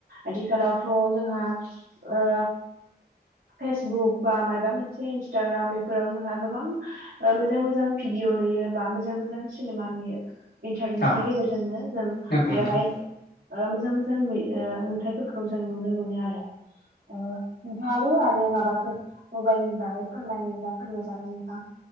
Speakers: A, on the right; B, on the left.
A: आथिखालावथ' जोंहा ओ फेसबुक बा माइबा मोनसे इन्सताग्राम बेफोराव जोंहा गोबां ओ मोजां मोजां भिडिअ नुयो बा मोजां मोजां सिनेमा नुयो इन्टारनेटनि
B: औ
A: गेजेरजोंनो जों
B: नंगौ
A: बेवहाय
B: नोंथां
A: ओ मोजां मोजां नुयो-नुथाइफोरखौ जों नुनो मोनो आरो। ओ नोंथाङाबो आरो माबाफोर मबाइल नि बागै फोरमायोब्ला फोरमायजागोन नोंथां।